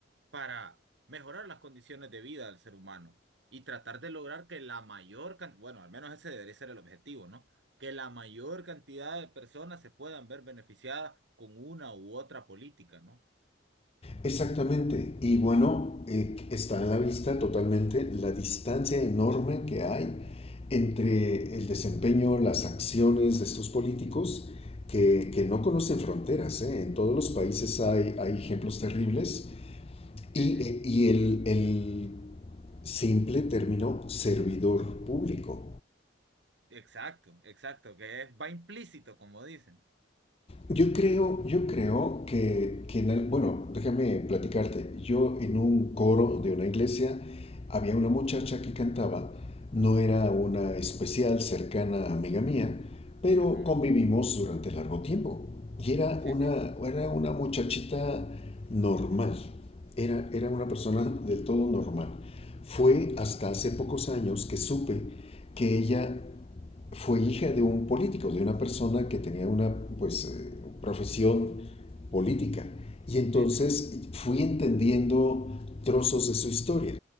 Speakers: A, on the right; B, on the left.
A: para mejorar las condiciones de vida del ser humano y tratar de lograr que la mayor cantidad, bueno, al menos ese debería ser el objetivo, ¿no? Que la mayor cantidad de personas se puedan ver beneficiadas con una u otra política, ¿no?
B: exactamente. Y bueno, eh, está en la vista totalmente la distancia enorme que hay entre el desempeño, las acciones de estos políticos que, que no conocen fronteras. ¿eh? En todos los países hay, hay ejemplos terribles
A: Sí,
B: y,
A: sí.
B: eh, y el, el simple término servidor público
A: Exacto, exacto, que es, va implícito, como dicen.
B: Yo creo, yo creo que, que en el- bueno, déjame platicarte. Yo en un coro de una iglesia había una muchacha que cantaba, no era una especial cercana amiga mía, pero
A: Ujú.
B: convivimos durante largo tiempo. Y era
A: Sí,
B: una,
A: sí,
B: era una muchachita normal, era, era una persona del todo normal. Fue hasta hace pocos años que supe que ella fue hija de un político, de una persona que tenía una pues, eh, profesión política. Y entonces
A: sí, sí.
B: fui entendiendo trozos de su historia.